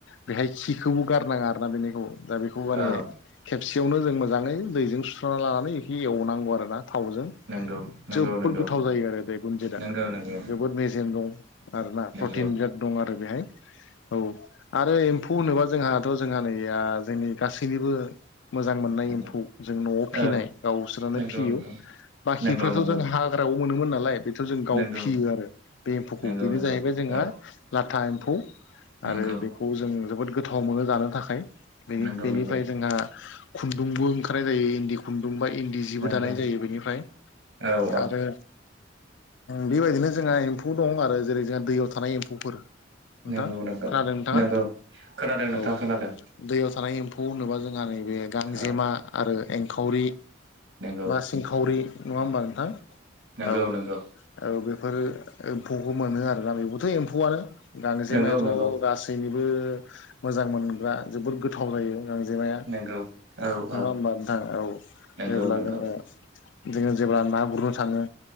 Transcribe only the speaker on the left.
बेहाय खिखौबो गारनाङा आरोना बेैखौ दा बेखौ माने
खेबसेयावनो जों मोजाङै दैजों सुस्रांना लानानै इखौ एवनांगौ आरो ना थावजों
जोबोद
गोथाव जायो आरो बे गुनजिता
जोबोद मेजेम दं आरोना
प्रटिन बिराद दं आरो बेहाय औ आरो एम्फौ होनोबा जोंहाथ' जोंहा नैया जोंनि गासैनिबो मोजां मोननाय
एम्फौ जों न'आव फिनाय
गावसोरानो
फियो
बाखिफ्राथ'
जों हाग्रायाव मोनोमोन नालाय बेथ' जों गाव
फियो आरो बे एम्फौखौ
बेनो
जाहैबाय जोंहा
लाथा एम्फौ आरो
बेखौ जों जोबोद गोथाव मोनो जानो थाखाय बेनिफ्राय
जोंहा खुन्दुंबो ओंखारनाय जायो इन्दि खुन्दुं बा इन्दि जिबो
दानाय जायो बिदि बेनिफ्राय
आरो बेबायदिनो जोंहा एम्फौ दं आरो जेरै जोंहा दैयाव थानाय एम्फौफोर नोंथां
खोनादों नोंथाङा
औ
दैयाव थानाय एम फौखौ होनोबा जोंहा नैबे गांजेमा
आरो एंखावरि
बा सिंखावरि नङा होमबा नोंथां
औ
औ बेफोर एम्फौखौ मोनो आरोना बेबोथ' एम्फौआ गांजेमायाथ'
गासै
गासैनिबो मोजां मोनग्रा जोबोर गोथाव जायो गांजिमाया
नङा
होमबा नोंथां औ
जेब्ला
जोङो जोङो जेब्ला ना गुरनो थाङो